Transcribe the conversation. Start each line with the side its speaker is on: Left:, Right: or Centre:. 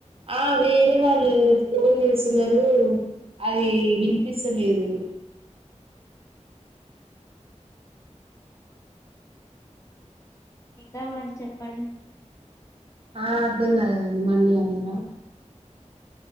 Right: ఆ వేరే వాళ్ళరు ఫోన్ చేస్తున్నారు అది వినిపిస్తలేదు.
Left: ఇంకా మరి చెప్పండి
Right: ఆ అర్ధం కాలెదండి మళ్ళి అడగరా
Left: ఉ